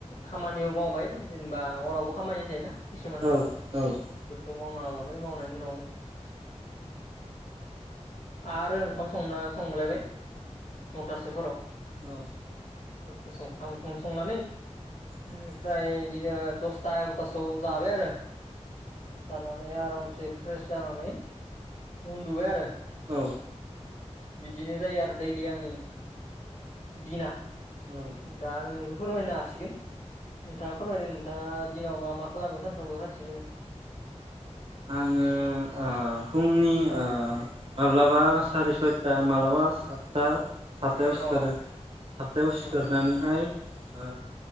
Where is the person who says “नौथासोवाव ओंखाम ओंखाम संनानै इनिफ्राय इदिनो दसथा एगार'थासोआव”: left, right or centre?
Left